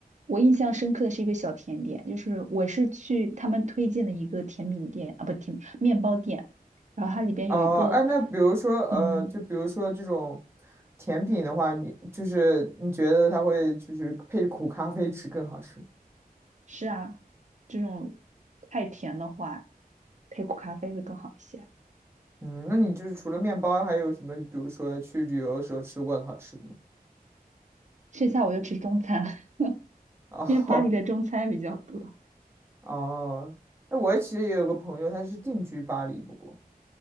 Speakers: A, on the right; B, on the right.
A: 我印象深刻的是一个小甜点，就是我是去他们推荐的一个甜品店啊，不甜面包店，然后它里边有一个
B: 哦，哎，那比如说呃，
A: 嗯
B: 就比如说这种甜品的话，你就是你觉得它会就是配着苦咖啡吃更好吃吗
A: 是啊，这种太甜的话，配苦咖啡会更好一些。
B: 嗯，那你就是除了面包，还有什么？比如说去旅游的时候吃过的好吃的吗？
A: 剩下我就吃中餐了，<laughs>
B: 哦
A: 因为巴黎的中餐比较多。
B: <laughs> 哦，哎，我其实也有个朋友，他是定居巴黎，不过